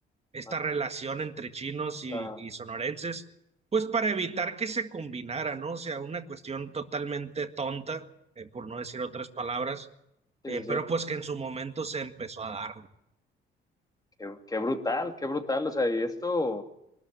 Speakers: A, on the right; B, on the left.
A: esta
B: Mate,
A: relación entre chinos y,
B: Claro,
A: y sonorenses, pues para evitar que se combinara, ¿no? O sea, una cuestión totalmente tonta, eh, por no decir otras palabras,
B: sí,
A: eh,
B: sí, sí.
A: pero pues que en su momento se empezó a dar, ¿no?
B: Qué, qué brutal, qué brutal. O sea, y esto,